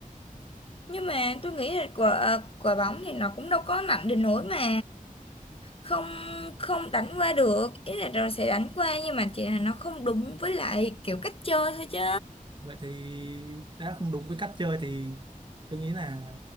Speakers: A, on the left; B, on the right.
A: nhưng mà tôi nghĩ là quả à, quả bóng thì nó cũng đâu có mạnh đến nỗi mà không không đánh qua được ý là rồi sẽ đánh qua nhưng mà chỉ là nó không đúng với lại kiểu cách chơi thôi chứ
B: vậy thì đã không đúng với cách chơi thì tôi nghĩ là